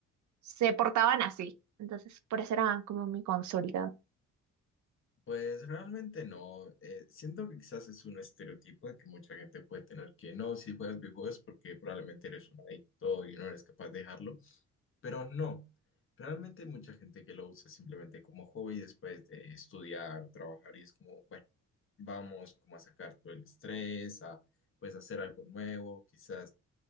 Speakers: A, on the right (about 70°); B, on the left (about 45°).
A: se portaban así. Entonces, por eso era como mi consulta.
B: Pues realmente no. eh, siento que quizás es un estereotipo de que mucha gente puede tener que no, si juegas videojuegos es porque probablemente eres un adicto y no eres capaz de dejarlo. Pero no, realmente hay mucha gente que lo usa simplemente como hobby después de estudiar, trabajar y es como, bueno, vamos como a sacar todo el estrés, a pues hacer algo nuevo, quizás